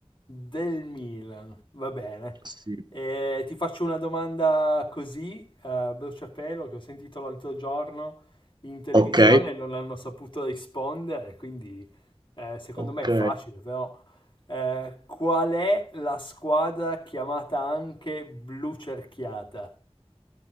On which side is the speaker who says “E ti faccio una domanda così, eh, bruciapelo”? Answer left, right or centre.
Left